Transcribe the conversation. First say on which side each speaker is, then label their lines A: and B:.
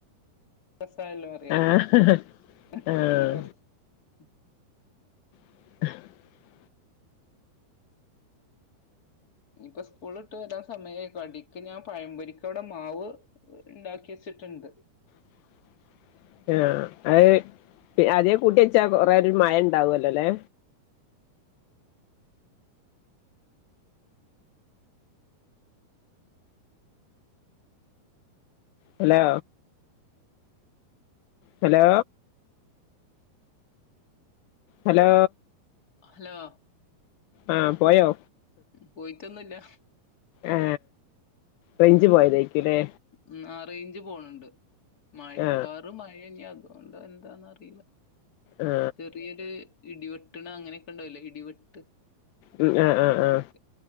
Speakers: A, on the left (about 25°); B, on the left (about 85°).
A: <unintelligible>
B: ആഹ് ആഹ് <unintelligible>
A: ഇനിയിപ്പ സ്കൂളിട്ട് വരാൻ സമയയി അടിക്ക് ഞാൻ പഴംപൊരിക്ക് അവിടെ മാവ്? ഇണ്ടാക്കി വെച്ചിട്ടുണ്ട്?
B: <unintelligible> ആ അത് അതേ കൂട്ടി വെച്ചാ കൊറെേ ഒരു മഴ ഇണ്ടാവല്ലോല്ലെ? ഹലോ ഹലോ ഹലോ
A: ഹലോ
B: ആ പോയോ?
A: പോയിട്ടൊന്നുല്ല?
B: ഏ റേഞ്ച് പോയത് ആയിരിക്കുവല്ലേ?
A: ഉം ആ റേഞ്ച് പോണണ്ട് മഴക്കാറ്
B: ആ
A: മഴ ഇന്ന്ജാകും ഉണ്ടോ എന്താന്ന അറിയില്ല
B: ആ
A: ചെറിയദ് ഇടിവെട്ടണ അങ്ങനൊക്കെണ്ടാവില്ല ഇടിവെട്ട്
B: ഉം ആ ആ
A: അങ്ങനെയൊക്കെ
B: ആ